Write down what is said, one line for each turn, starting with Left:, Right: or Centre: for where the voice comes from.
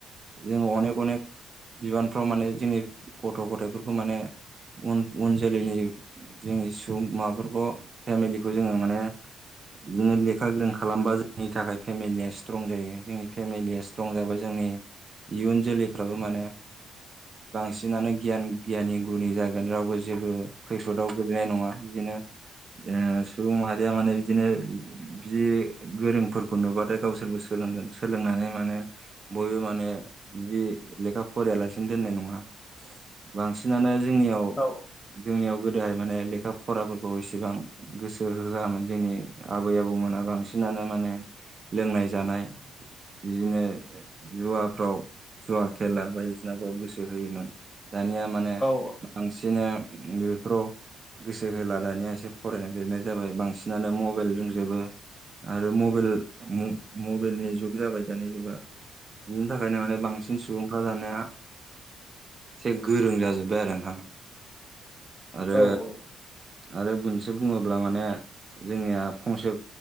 Right: जोङो अनेक अनेक बिबानफ्राव माने जोंनि गथ' गथायाइफोरखौ माने उन उन जोलैनि जोंनि सुबुं माबाफोरखौ फेमिलिखौ जोङो माने बिदिनो लेखा गोरों खालामबा जोंनि थाखाय फेमिलिया स्ट्रं जायो। जोंनि फेमिलिया स्ट्रं जाबा जोंनि इयुन जोलैफ्राबो माने बांसिनानो गियान गियानि गुनि जागोन रावबो जेबो खैफोदाव गोलैनाय नङा बिदिनो ओ सुबुं माहारिया माने बिदिनो जि गोरोंफोरखौ नुबाथाय गावसोर सोलोंगोन सोलोंनानै माने बयबो माने बि लेखा फरायलासिनो दोननाय नङा बांसिनानो जोंनियाव
Left: औ
Right: जोंनियाव गोदोहाय माने लेखा फराफोरखौ इसेबां गोसो होआमोन जोंनि आबै आबौमोना बांसिनानो माने लोंनाय जानाय बिदिनो जुवाफ्राव जुवा खेला बायदिसिना गोसो होयोमोन दानिया माने
Left: औ औ
Right: सिनो बेफोराव गोसो होला दानिया एसे फरायनाय लिरनाय जाबाय बांसिनानो मबाइल रोंजोबो आरो मबेल म मबाइेलनि जुग जाबाय दानि जुगा बिनि थाखायनो माने बांसिन सुबुंफ्रा दानिया एसे गोरों जाजोब्बाय आरो नोंथां आरो
Left: औ
Right: आरो मोनसे बुङोब्ला माने जोंनिया फंसे